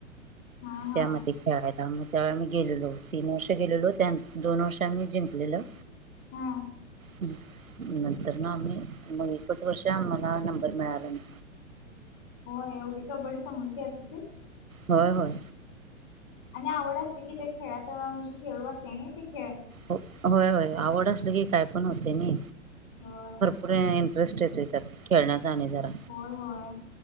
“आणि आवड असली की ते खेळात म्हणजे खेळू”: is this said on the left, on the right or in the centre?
Left